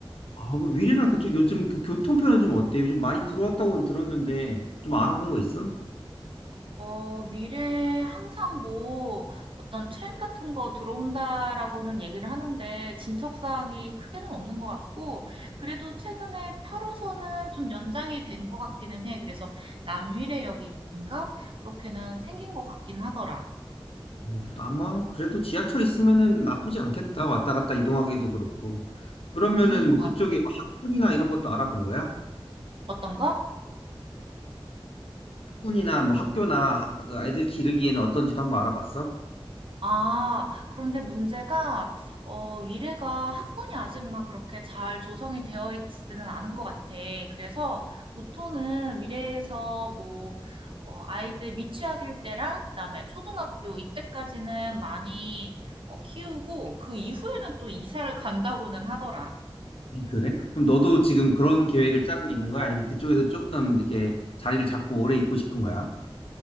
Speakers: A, on the left; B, on the right.
A: 아, 그럼 위례랑 그쪽 요즘 그 교통편은 좀 어때? 요즘 많이 들어왔다고 들었는데, 좀 알아본 거 있어?
B: 어, 미래에 항상 뭐 어떤 트램 같은 거 들어온다라고는 얘기를 하는데 진척사항이 크게는 없는 것 같고 그래도 최근에 8호선은 좀 연장이 된 것 같기는 해. 그래서 남위례역인가? 그렇게는 생긴 것 같긴 하더라.
A: 음, 그래도 아마 그래도 지하철 있으면은 나쁘지 않겠다. 왔다 갔다 이동하기도 그렇고. 그러면은
B: 음,
A: 뭐
B: 뭐,
A: 그쪽에 뭐 학군이나 이런 것도 알아본 거야?
B: 어떤 거?
A: 학군이나 뭐 학교나 하- 그 아이들 기르기에는 어떤지도 한번 알아봤어?
B: 아, 그런데 문제가, 어, 위례가 학군이 아직 막 그렇게 잘 조성이 되어 있지는 않은 것 같아. 그래서 보통은 위례에서 뭐, 어, 아이들 미취학일 때랑 그다음에 초등학교 이때까지는 많이 어, 키우고 그 이후에는 또 이사를 간다고는 하더라.
A: 음, 그래? 그럼 너도 지금 그런 계획을 짜고 있는 거야? 아니면 그쪽에서 조금 이렇게 자리를 잡고 오래 있고 싶은 거야?